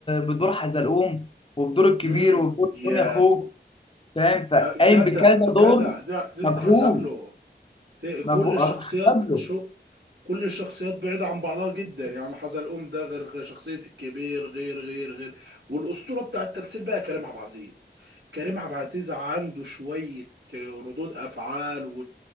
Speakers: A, on the left; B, on the right.
A: بدور حزلقوم وبدور الكبير
B: مم.
A: وبدور
B: يا
A: دنيا اخوه فاهم فقايم
B: آه، جدع
A: بكذا
B: جدع
A: دور
B: ده ده
A: مجهود
B: تحسب له ت-
A: مجهود
B: كل الشخصيات
A: حسب له
B: شو كل الشخصيات بعيدة عن بعضها جدا يعني حزلقوم ده غير غير شخصية الكبير غير غير غير والأسطورة بتاع التمثيل بقى كريم عبد العزيز كريم عبد العزيز عنده شوية ردود أفعال و...